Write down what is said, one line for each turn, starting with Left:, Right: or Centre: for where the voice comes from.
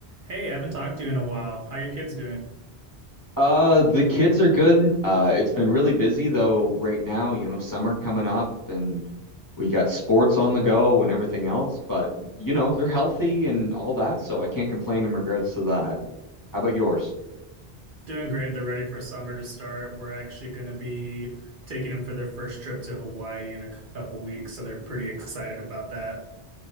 Right: Hey, I haven't talked to you in a while. How your kids doing?
Left: Uh, the kids are good. Uh, it's been really busy though right now, you know, summer coming up and we got sports on the go and everything else, but you know, they're healthy and all that, so I can't complain in regards to that. How about yours?
Right: Doing great. They're ready for summer to start. We're actually going to be taking them for their first trip to Hawaii in a couple weeks, so they're pretty excited about that.